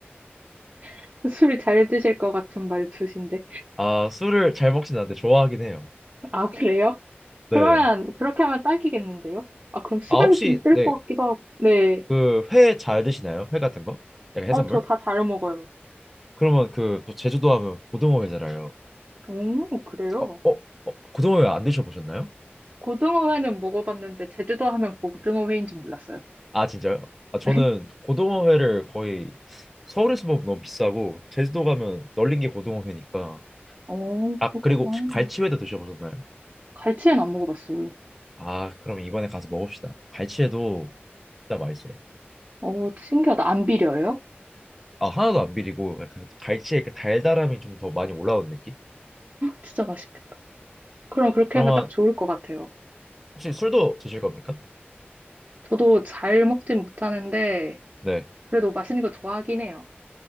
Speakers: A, on the right; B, in the centre.
A: <laughs> 술 잘 드실 것 같은 말투신데.
B: 아, 술을 잘 먹진 않는데 좋아하긴 해요.
A: 아, 그래요?
B: 네.
A: 그러면 그렇게 하면 딱이겠는데요? 아, 그럼 시간이
B: 아, 혹시
A: 좀 뜰
B: 네,
A: 것 같기도 하고. 네.
B: 그 회 잘 드시나요? 회 같은 거? 약간 해산물?
A: 어, 저 다 잘 먹어요.
B: 그러면 그 또 제주도 하면 고등어 회잖아요.
A: 오, 그래요?
B: 어, 어, 어, 고등어 회 안 드셔보셨나요?
A: 고등어 회는 먹어봤는데 제주도 하면 고등어 회인 줄 몰랐어요.
B: 아 진짜요? 아 저는
A: <laughs>
B: 고등어회를 거의 서울에서 먹으면 너무 비싸고 제주도 가면 널린 게 고등어회니까
A: 어,
B: 아
A: 그렇구나.
B: 그리고 혹시 갈치회도 드셔보셨나요?
A: 갈치는 안 먹어봤어요.
B: 아 그럼 이번에 가서 먹읍시다 갈치회도 진짜 맛있어요
A: 어, 신기하다. 안 비려요?
B: 아 하나도 안 비리고 약간 갈치의 그 달달함이 좀 더 많이 올라오는 느낌?
A: 진짜 맛있겠다. 그럼 그렇게
B: 그러면
A: 하면 딱 좋을 것 같아요.
B: 혹시 술도 드실 겁니까?
A: 저도 잘 먹진 못하는데,
B: 네
A: 그래도 맛있는 거 좋아하긴 해요.